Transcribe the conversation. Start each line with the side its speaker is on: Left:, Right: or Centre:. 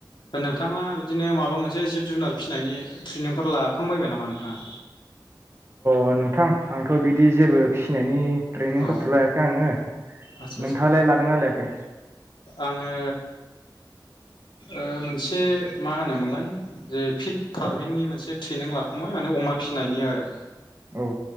Left: दा नोंथाङा बिदिनो माबा मोनसे जिब जुनार फिसिनायनि ट्रेनिंफोर लाखांबायबाय नामा नोंथांङा?
Right: अ नोंथां आंथ' बिदि जेबो फिसिनायनि ट्रेनिंफोरथ'
Left: अ
Right: लायाखै आंङो।
Left: आदसा
Right: नोंथांङालाय लादोंना लायाखै?
Left: आंङो ओ मोनसे मा होनोमोनलाय जे फिक फार्मिंनि
Right: औ
Left: मोनसे ट्रेनिं लाखांबाय माने अमा फिसिनायनि आरो
Right: औ